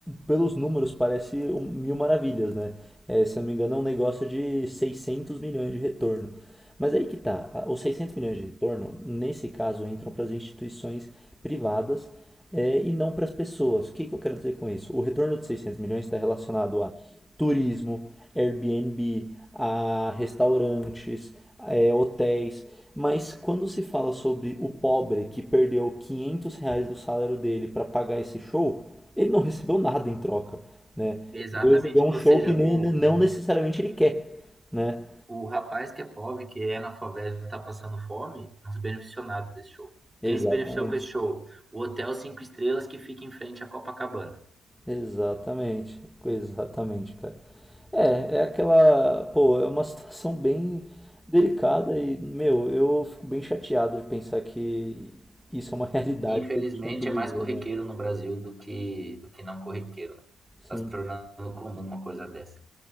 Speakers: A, in the centre; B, on the right.
A: pelos números parece um- mil maravilhas, né? É, se eu não me engano, é um negócio de 600 milhões de retorno. Mas aí que tá, os 600 milhões de retorno, nesse caso, entram para as instituições privadas é, e não para as pessoas. O que, que eu quero dizer com isso? O retorno de 600 milhões está relacionado a turismo, Airbnb, a restaurantes, é, hotéis. Mas quando se fala sobre o pobre que perdeu 500 reais do salário dele para pagar esse show, ele não recebeu nada em troca, né?
B: Exatamente.
A: Ele recebeu um
B: Ou
A: show
B: seja,
A: que nem-
B: o,
A: não necessariamente
B: o
A: ele quer, né?
B: O rapaz que é pobre, que é na favela e tá passando fome, não se beneficiou nada desse show.
A: Exatamente.
B: Quem se beneficiou com esse show? O Hotel 5 Estrelas que fica em frente à Copacabana.
A: Exatamente, exatamente, cara. É, é aquela, pô, é uma <laughs> situação bem delicada e, meu, eu fico bem chateado de pensar que isso é uma <laughs> realidade
B: Infelizmente
A: que a gente tem que viver,
B: é mais corriqueiro
A: né?
B: no Brasil do que, do que não corriqueiro. Né?
A: Sim,
B: Tá se tornando comum uma coisa dessa.